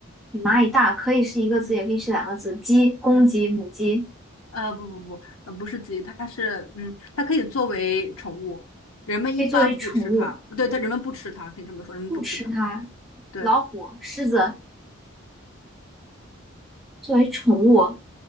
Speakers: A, in the centre; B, on the left.
A: 比蚂蚁大，可以是一个字，
B: 嗯
A: 也可以是两个字。鸡，公鸡、
B: 嗯
A: 母鸡
B: 呃不不不呃不是鸡，它是嗯它可以作为宠物，人们一般不会吃它。
A: 可以作为宠物，
B: 对对，人们不吃它，可以这么说，人们不吃它。
A: 不吃它。
B: 对
A: 老虎、狮子作为宠物，